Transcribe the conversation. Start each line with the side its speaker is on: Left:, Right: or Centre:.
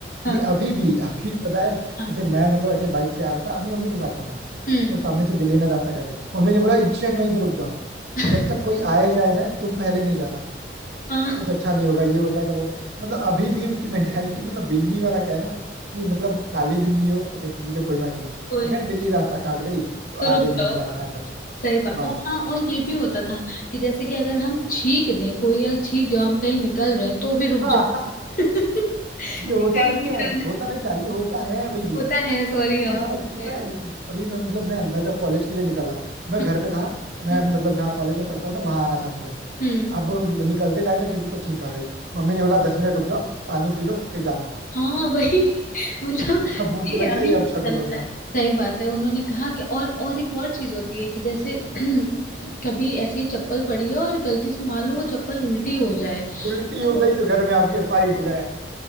Left: हाँ
Right: ये अभी भी अभी भी पता है
Left: हाँ
Right: जैसे मैं मतलब ऐसे बाइक से आ रहा था अपनी मम्मी के साथ था मैं
Left: हम्म
Right: तो सामने से बिल्ली ने रास्ता काट दिया मम्मी ने बोला इंस्टेंट वहीं पे रुक जाओ
Left: <laughs>
Right: जब तक कोई आए जाए ना तुम पहले नहीं जाना
Left: हाँ
Right: कुछ अच्छा नहीं होगा ये हो जाएगा वो हो जाएगा मतलब अभी भी उनकी मेंटेलिटी मतलब बिल्ली वाला क्या है ना कि मतलब काली बिल्ली हो सफेद बिल्ली हो कोई मैटर नहीं है,
Left: हाँ
Right: अगर बिल्ली रास्ता काट गई तो
Left: तो रुक
Right: आगे नहीं
Left: जाओ
Right: जाना है बस
Left: सही बात
Right: बस
Left: और हाँ और ये भी होता था कि जैसे कि अगर हम छींक दें कोई अगर छींक जाओ हम कहीं निकल रहे हैं तो भी रुक
Right: <laughs> हाँ,
Left: जाओ <laughs> कहीं
Right: ये होता नहीं
Left: नहीं
Right: है
Left: जाने
Right: होता नहीं था ये होता है अभी भी
Left: होता है सॉरी हाँ
Right: मतलब अभी
Left: होता
Right: पता
Left: है
Right: है अभी मैं मतलब मैं मैं जब कॉलेज के लिए निकल रहा था मैं
Left: हम्म,
Right: घर पे था मैं
Left: हम्म,
Right: मतलब जहाँ कॉलेज में पढ़ता हूँ ना वहां आना था मुझे
Left: हम्म।
Right: अब निकलते टाइम मैं किसी को छींक आ गई मम्मी ने बोला दस मिनट रुक जाओ पानी पी लो फिर जाना
Left: हाँ वही <laughs> मतलब
Right: <laughs> अब उनको
Left: ये
Right: लगता
Left: अभी
Right: है ये
Left: भी
Right: अपशगुन
Left: चलता
Right: हो गया
Left: है सही बात है उन्होंने कहा कि और और एक और चीज होती है कि जैसे <clears throat> कभी ऐसी चप्पल पड़ी है और गलती से मान लो वो चप्पल उल्टी हो जाए
Right: उल्टी हो
Left: अब
Right: गई तो घर में आपके फाइट हो गया